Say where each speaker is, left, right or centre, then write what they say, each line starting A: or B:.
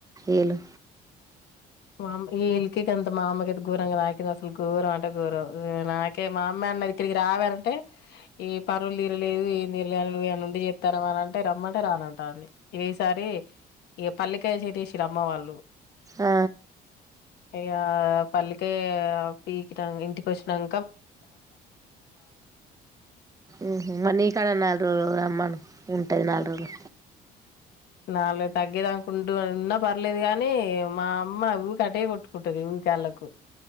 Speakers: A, on the right (about 20°); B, on the left (about 75°).
A: ఏలు
B: మామ్ ఈ ఇలికేగంత మా అమ్మకైతే గోరంగా తాకింది అసలు గోరం అంటే గోరం నాకే మా అమ్మే అన్నది ఇక్కడికి రావే అంటే ఏ పరువులు తీరలేదు ఏం తీరలేని నువ్వు ఏడుంటే చెత్తనవా అని అంటే రమ్మంటే రానంటంది ఇగ ఈ సారి రి పల్లికాయ చేటెసిరమ్మ వాళ్ళు
A: ఆ
B: ఇగ పల్లికాయి పీకిన ఇంటికోచ్చినాం
A: ఉహు మరి నీ కాడనన్న నాలుగు రోజులు రమ్మను ఉంటుంది నాల్ రోజులు
B: నాలు తగ్గేదానికిండు ఉన్నా పర్లేదు గానీ మా అమ్మ ఊకే అటే కొట్టుకుంటది ఊ గాల్లాకు